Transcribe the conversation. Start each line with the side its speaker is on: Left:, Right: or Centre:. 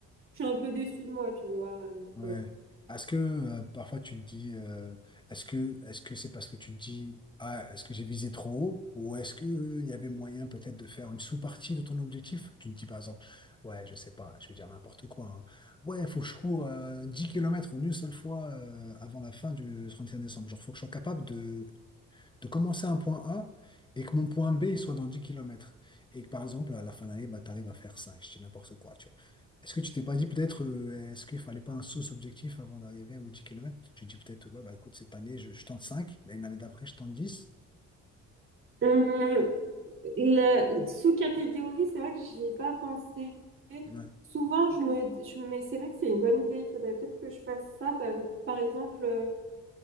Right: je suis un peu déçue de moi, tu vois. Donc,
Left: Ouais. Est-ce que euh, parfois tu te dis, euh, est-ce que est-ce que c'est parce que tu te dis, ah, est-ce que j'ai visé trop haut, ou est-ce que euh, il y avait moyen peut-être de faire une sous-partie de ton objectif? Tu te dis par exemple, ouais, je sais pas, je vais dire n'importe quoi. hein. Ouais, il faut que je cours euh, 10 km une seule fois euh, avant la fin du 31 décembre. Genre, faut que je sois capable de de commencer à un point A et que mon point B il soit dans dix kilomètres Et que par exemple, à la fin de l'année, bah, tu arrives à faire cinq je dis n'importe quoi, tu vois. Est-ce que tu t'es pas dit peut-être, euh, est-ce qu'il fallait pas un sous-objectif avant d'arriver aux dix kilomètres Tu te dis peut-être, ouais, bah, écoute, cette année, je, je tente 5, l'année d'après, je tente dix
Right: euh, La sous-catégorie, c'est vrai que j'y ai pas pensé.
Left: Ouais,
Right: Souvent, je me, je, mais c'est vrai que c'est une bonne idée. Il faudrait peut-être que je fasse ça. Par, par exemple, euh,